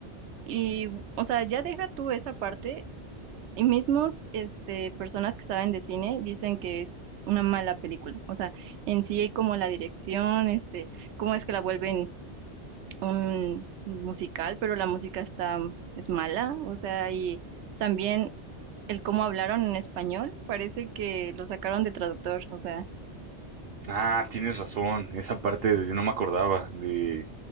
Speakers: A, on the right; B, on the right.
A: Y, o sea, ya deja tú esa parte, y mismos, este, personas que saben de cine dicen que es una mala película. O sea, en sí hay como la dirección, este, cómo es que la vuelven un musical, pero la música está, es mala. O sea, y también el cómo hablaron en español, parece que lo sacaron de traductor. O sea,
B: Ah, tienes razón. Esa parte de, no me acordaba de